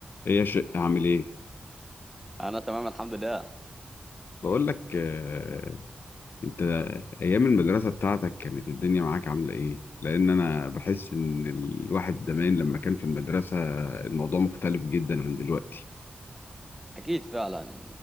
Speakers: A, on the left (about 70°); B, in the centre.
A: ايه يا شق عامل ايه
B: انا تمام الحمد لله
A: بقول لك آه، انت ايام المدرسه بتاعتك كانت الدنيا معاك عامله ايه لان انا بحس ان الواحد زمان لما كان في المدرسه الموضوع مختلف جدا عن دلوقتي
B: اكيد فعلا